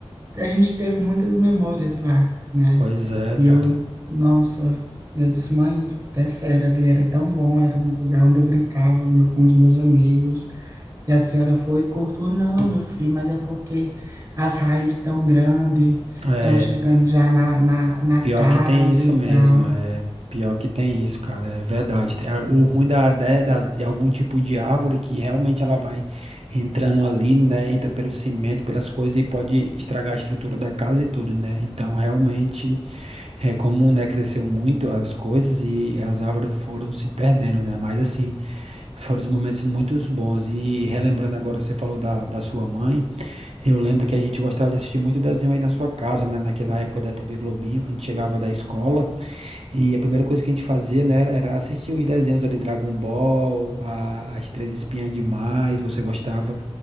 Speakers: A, on the right; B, on the right.
A: a gente teve muitas memórias lá, né?
B: Pois é,
A: E
B: cara.
A: eu, nossa, eu disse, mãe, é sério, ali era tão bom, era um lugar onde eu brincava meu- com os meus amigos. E a senhora foi e cortou, não, meu filho, mas é porque as raízes estão grandes,
B: É,
A: estão chegando já na, na, na
B: Pior
A: casa
B: que tem isso
A: e
B: mesmo,
A: tal.
B: é pior que tem isso, cara, é verdade. Tem- ah, O ruim da, né, das, de algum tipo de árvore que realmente ela vai entrando ali, né, entra pelo cimento, pelas coisas e pode estragar a estrutura da casa e tudo, né? Então, realmente, é como, né, cresceu muito as coisas e as árvores foram se perdendo, né? Mas assim, foram os momentos muito bons. E relembrando agora, você falou da, da sua mãe. Eu lembro que a gente gostava de assistir muito desenho aí na sua casa, né? Naquela época da TV Globinho, que a gente chegava da escola e a primeira coisa que a gente fazia, né, era, era assistir os desenhos ali, Dragon Ball, a- As Três Espiãs Demais, você gostava,